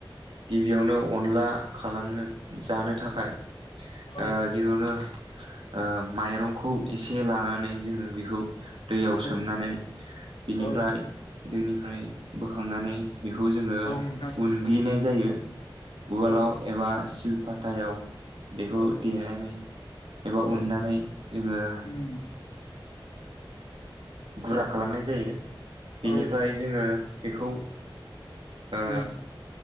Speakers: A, on the right; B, on the left.
A: गिबियावनो अनला खालामनो जानो थाखाय
B: औ
A: आ गिबियावनो आ माइरंखौ एसे लानानै जोङो बेखौ दैयाव
B: औ
A: सोमनानै बिनिफ्राय
B: औ
A: दैनिफ्राय बोखांनानै बेखौ जोङो
B: औ नोंथां
A: उनग्लिनाय
B: औ
A: जायो उवालाव
B: औ
A: एबा सिलपातायाव बेखौ
B: औ
A: देनानै एबा
B: औ
A: उननानै जोङो
B: उम
A: गुरा खालामनाय जायो
B: औ
A: बेनिफ्राय जोङो बेखौ ओ
B: उम